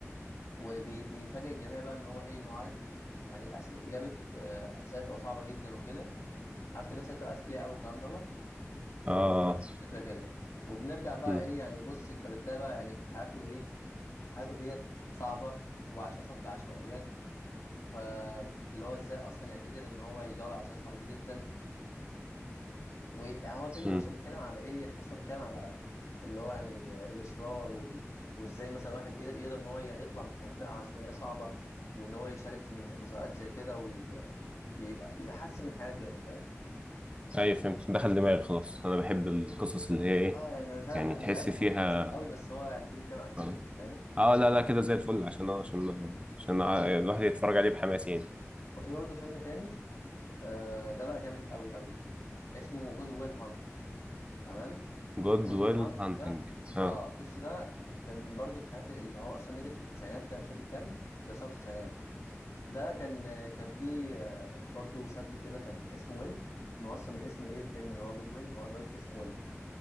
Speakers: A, on the left; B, on the right.
A: وبيفاجئ الجميع بقى ان هو ايه انه عارف يعني أس... اجابه آه، اسئله بتبقى صعبه جدا وكده عارف الناس اللي بتبقى اذكياء قوي والكلام دوت
B: اه
A: فنفس
B: اه
A: الفكره كده وبنرجع بقى
B: مم،
A: ايه يعني بص انت بتلاقي بقى يعني حياته ايه حياته ديت صعبه وعايش اصلا في العشوائيات فاللي هو ازاي اصلا يعني قدر ان هو يجاوب على الاسئله الصعبه دي جدا ويعني هو الفيلم
B: مم.
A: نفسه بيتكلم على ايه تحس إن هو بيتكلم على اللي هو يعني آه، الاصرار وال... وازاي مثلا واحد يقدر يقدر ان هو يعني يطلع من منطقه عشوائيه صعبه وان هو يشارك في مسابقات زي كده يبقى يحسن من حياته يعني فاهم
B: ايوه فهمت دخل دماغي خلاص انا بحب القصص اللي هي ايه
A: اه يعني أنا مش عايز
B: يعني
A: أحرق-
B: تحس
A: مش عايز احرق
B: فيها
A: تفاصيل قوي بس هو الفيلم كان عن كده
B: اه
A: فاهم
B: اه لا لا كده زي الفل عشان اه عشان عشان ع-
A: طيب
B: الواحد يتفرج عليه بحماس يعني
A: وفي برضه فيلم تاني آه ده بقى جامد قوي قوي اسمه جود ويل هانتنج تمام
B: جود
A: جود ويل
B: ويل
A: هانتنج
B: هانتنج
A: ده
B: اه
A: اه بص ده كان برضه في حاجات اللي هو اصلا نزل في التسعينات كان مش فاكر كام بس هو في التسعينات ده كان آه، كان فيه آه برضه شاب كده كان اسمه ويل إن هو اصلا من اسم ايه الفيلم اللي هو جود ويل هو دلوقتي اسمه ويل